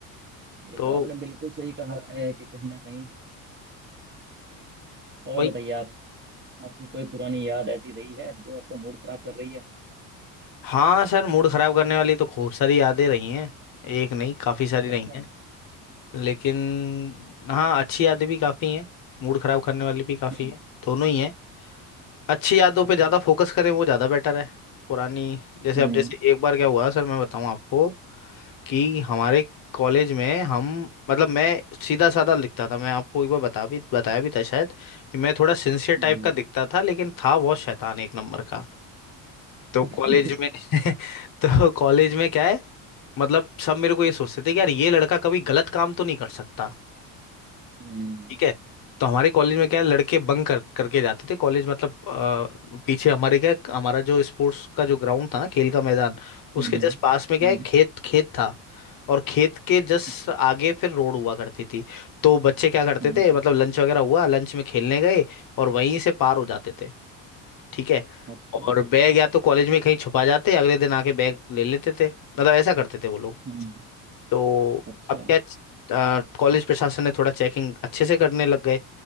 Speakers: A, on the right; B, on the left.
A: ये
B: तो
A: तो आपने बिल्कुल सही कहा है कि कहीं ना कहीं और
B: भाई
A: बताइए आप आपकी कोई पुरानी याद ऐसी रही है जो आपका मूड खराब कर रही है
B: हाँ सर मूड खराब करने वाली तो खूब सारी यादें रही हैं एक नहीं काफी सारी
A: अच्छा
B: रही हैं लेकिन हाँ अच्छी यादें भी काफ़ी हैं मूड खराब करने वाली भी काफ़ी
A: हम्म
B: हैं दोनों ही हैं अच्छी यादों
A: अच्छा
B: पे ज़्यादा फोकस करें वो ज़्यादा बेटर है पुरानी जैसे
A: हम्म
B: अब जैसे एक बार क्या हुआ सर मैं बताऊँ आपको कि हमारे कॉलेज में हम मतलब मैं सीधा साधा लिखता था मैं आपको एक बार बता भी बताया भी था शायद कि मैं थोड़ा सिंसियर
A: हम्म
B: टाइप का दिखता था लेकिन था बहुत शैतान एक नंबर का तो
A: हम्म
B: कॉलेज में
A: <laughs>
B: <laughs> तो कॉलेज में क्या है मतलब सब मेरे को ये सोचते थे कि यार ये लड़का कभी गलत काम तो नहीं कर सकता
A: हम्म
B: ठीक है तो हमारे कॉलेज में क्या है लड़के बंक कर करके जाते थे कॉलेज मतलब अ, पीछे हमारे क्या है, हमारा जो स्पोर्ट्स का जो ग्राउंड था ना खेल का मैदान
A: हम्म
B: उसके जस्ट पास में क्या
A: हम्म,
B: है खेत खेत था और खेत के जस्ट
A: अच्छा
B: आगे फिर रोड हुआ करती थी तो बच्चे क्या करते
A: हम्म
B: थे मतलब लंच वगैरह हुआ लंच में खेलने गए और वहीं से पार हो जाते थे ठीक है
A: अच्छा
B: और बैग या तो कॉलेज में कहीं छुपा जाते अगले दिन आके बैग ले लेते थे मतलब ऐसा करते थे वो लोग
A: हम्म
B: तो
A: अच्छा
B: अब क्या कॉलेज प्रशासन ने थोड़ा चेकिंग अच्छे से करने लग गए